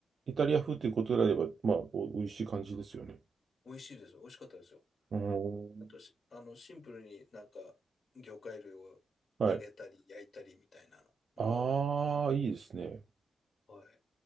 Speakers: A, on the right (about 50°); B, on the left (about 45°).
A: イタリア風ということであれば、まあ、お、美味しい感じですよね。
B: 美味しいですよ。美味しかったですよ。
A: うーん、
B: あとし、あの、シンプルになんか魚介類を揚げたり焼いたりみたいなのも
A: はい。ああ、いいですね。
B: はい。